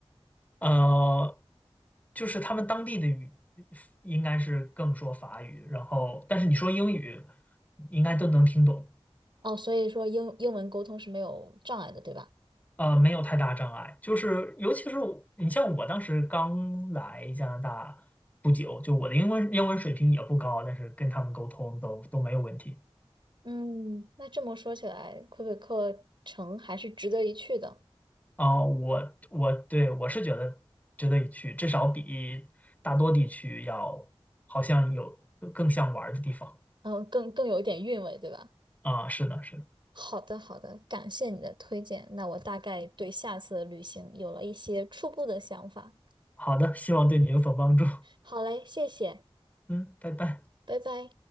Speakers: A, on the left; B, on the right.
A: 呃，就是他们当地的语应该是更说法语，然后但是你说英语应该都能听懂，
B: 哦，所以说英英文沟通是没有障碍的，对吧？
A: 呃，没有太大障碍。就是尤其是我你像我当时刚来加拿大不久，就我的英文英文水平也不高，但是跟他们沟通都都没有问题。
B: 嗯，那这么说起来，魁北克城还是值得一去的，
A: 啊、我我对我是觉得值得一去，至少比大多地区要好像有更更像玩儿的地方
B: 嗯，更更有一点韵味，对吧？
A: 啊、是的，是的。
B: 好的，好的，感谢你的推荐，那我大概对下次的旅行有了一些初步的想法。
A: 好的，希望对你有所帮助。
B: 好嘞，谢谢，
A: 嗯，拜拜。
B: 拜拜。